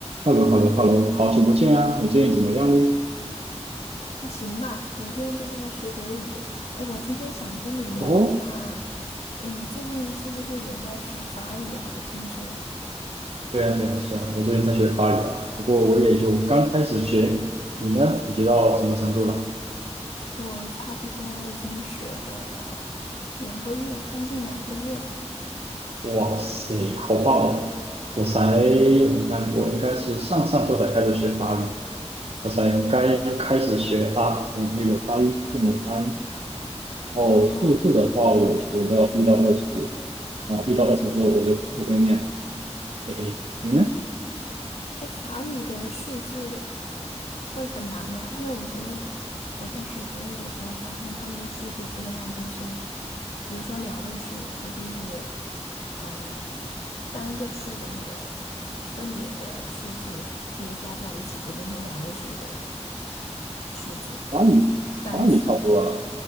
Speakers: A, on the right (about 55°); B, on the left (about 65°).
A: 哈喽哈喽哈喽，好久不见啊！你最近怎么样呢？
B: 还行吧，每天都在学德语。哎，我今天想跟你聊一下，
A: 哦，
B: 哎，你最近是不是有在学法语啊？我听说
A: 对啊，对啊，是啊，我最近在学法语啊，不过我也就刚开始学。你呢？你学到什么程度了？
B: 我差不多已经学了两个月，将近两个月了。
A: 哇塞，好棒哦！我才，我想看，我应该是上上周才开始学法语，我才该开始学啊，嗯那个发音字母发音。然后数字的话，
B: 啊。
A: 我学到一到二十，然后一到二十之后我就不会念了。诶诶，你呢？
B: 哎，法语的数字会很难吗？因为我觉得我在学德语的时候，发现他们的数字基本上都是，比如说两位数，那都是呃单个数的那个分别的数字叠加在一起，就变成两位数的数字
A: 法语，
B: 单词。
A: 法语差不多啊。